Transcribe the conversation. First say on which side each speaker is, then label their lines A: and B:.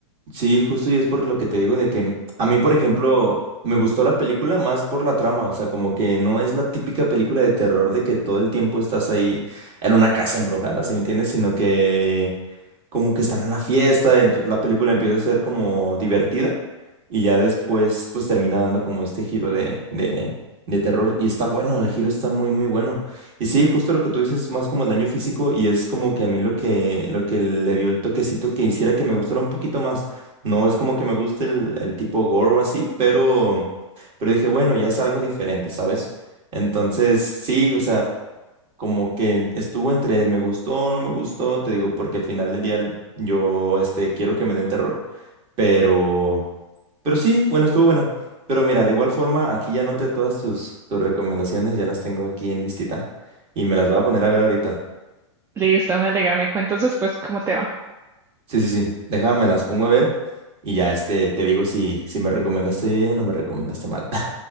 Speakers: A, on the right (about 35°); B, on the right (about 15°).
A: Sí, justo y es por lo que te digo de que a mí, por ejemplo, me gustó la película más por la trama, o sea, como que no es la típica película de terror de que todo el tiempo estás ahí en una casa embrujada, ¿sí me entiendes? Sino que como que están en una fiesta, entonces la película empieza a ser como divertida y ya después pues termina dando como este giro de, de, de terror y está bueno, el giro está muy muy bueno. Y sí, justo lo que tú dices es más como el daño físico y es como que a mí lo que, lo que le dio el toquecito que hiciera que me gustara un poquito más. No es como que me guste el, el tipo gore o así, pero, pero dije, bueno, ya es algo diferente, ¿sabes? Entonces, sí, o sea, como que estuvo entre me gustó, no me gustó, te digo, porque al final del día yo, este, quiero que me den terror, pero, pero sí, bueno, estuvo buena. Pero mira, de igual forma, aquí ya anoté todas tus, tus recomendaciones, ya las tengo aquí en listita y me las voy a poner a ver ahorita.
B: Listo, me alegra, me cuentas después cómo te va.
A: Sí, sí, sí, déjame, las pongo a ver y ya, este, te digo si, si me recomendaste bien o me recomendaste mal.